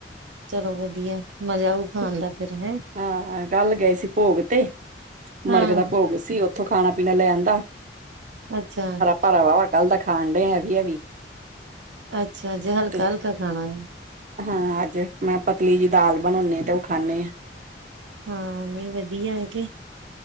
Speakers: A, on the right; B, on the right.
A: ਚਲੋ ਵਧੀਐ, ਮਜ਼ਾ ਆਊ। ਖਾਣ
B: ਹਾਂ,
A: ਦਾ ਫਿਰ ਹੈ
B: ਕੱਲ ਗਏ ਸੀ ਭੋਗ ਤੇ।
A: ਹਾਂ
B: ਮਰਗੇ ਦਾ ਭੋਗ ਸੀ, ਔਥੇ। ਔ ਖਾਣਾ ਪੀਣਾ ਲੈ ਆਂਦਾ।
A: ਅੱਛਾ।
B: ਭਰਾ ਹੋਵਾ ਕੱਲ ਦਾ ਖਾਨ ਡੇਆ ਹੈਵੀ ਹੈਵੀ।
A: ਅੱਛਾ ਜੀ ਹਲਕਾ
B: ਤੇ
A: ਹਲਕਾ ਖਾਨਾ ਏ।
B: ਹਾਂ ਅੱਜ ਮੈਂ ਪਤਲੀ ਜੀ ਦਾਲ ਬਨਾਨੀ ਆ ਤੇ ਔਹ ਖਾਂਨੇ ਆਂ।
A: ਹਾਂ ਨਈ ਵਧੀਆ ਐ ਗੀ